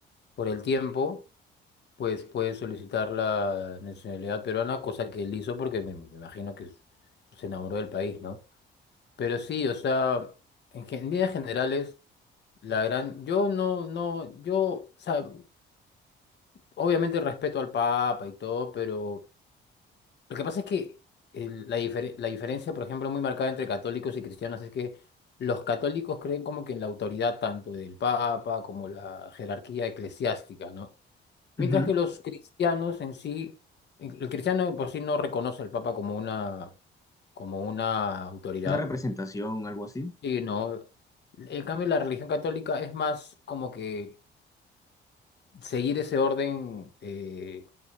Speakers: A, on the left; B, on the left.
A: por el tiempo, pues puede solicitar la nacionalidad peruana, cosa que él hizo porque me, me imagino que se enamoró del país, ¿no? Pero sí, o sea, en, gen- en líneas generales, la gran. Yo no, no, yo, o sea, obviamente respeto al Papa y todo, pero Lo que pasa es que el- la, difere- la diferencia, por ejemplo, muy marcada entre católicos y cristianos es que los católicos creen como que en la autoridad tanto del Papa como la jerarquía eclesiástica, ¿no? Mientras
B: ujú,
A: que los cristianos en sí, el cristiano de por sí no reconoce al Papa como una, como una autoridad,
B: una representación, algo así,
A: sino, en cambio, la religión católica es más como que seguir ese orden. eh,